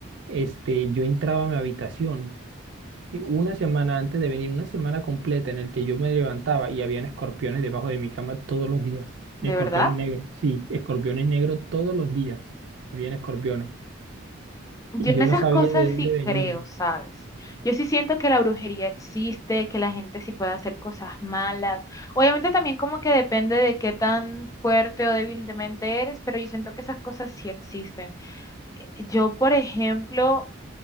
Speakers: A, on the right; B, on the left.
A: este, yo entraba a mi habitación y una semana antes de venir, una semana completa en el que yo me levantaba y habían escorpiones debajo de mi cama todos los días.
B: de
A: Escorpiones
B: verdad.
A: negros, sí, escorpiones negros todos los días. Habían escorpiones.
B: Yo
A: Y
B: en
A: yo
B: esas
A: no sabía
B: cosas
A: de
B: sí
A: dónde venían.
B: creo, ¿sabes? Yo sí siento que la brujería existe, que la gente sí puede hacer cosas malas. Obviamente también como que depende de qué tan fuerte o débil de mente eres, pero yo siento que esas cosas sí existen. Eh, Yo, por ejemplo,